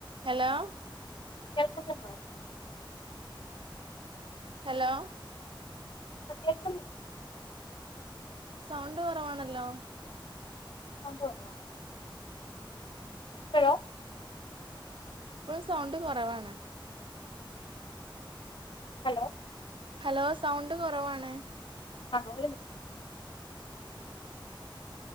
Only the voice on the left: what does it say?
കേൾക്കുന്നുണ്ടോ
ആ കേൾക്കുന്നില്ലേ
<unintelligible> ഹലോ
ഹലോ
ആഹ് ഒരു മിൻ